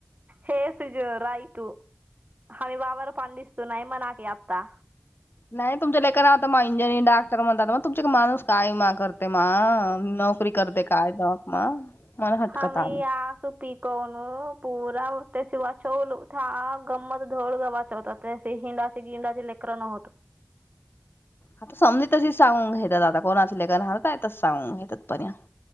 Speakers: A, on the right; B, on the left.
A: हे सुजो राईतू हमी बाबाार पंडीस्ना मनाकी अता
B: नाही तुमच्या ललेकन आता म इंजिनिअर डाक्टर म्हणतात मग तुमचे माणूस काय मा करते मा नोकरी करते काय जॉब मा मला हटकत
A: हम या
B: आले
A: सुपी कोन पूरा ते वाचवल गंमत धोळ वाचवतात हिंडाचे गिंडाचे लेकर न होत.
B: आता समज तशीच सांगून घेतात आता कोणात लेकर हलतय त सांगून घेतात पण